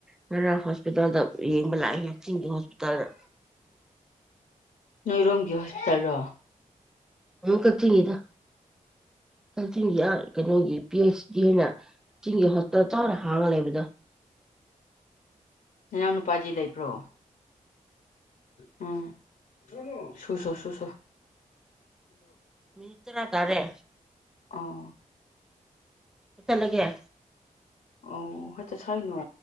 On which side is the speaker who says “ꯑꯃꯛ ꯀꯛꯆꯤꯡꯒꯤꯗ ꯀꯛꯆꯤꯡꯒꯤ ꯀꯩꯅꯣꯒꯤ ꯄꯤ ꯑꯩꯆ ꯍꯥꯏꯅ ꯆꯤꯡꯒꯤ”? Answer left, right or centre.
Centre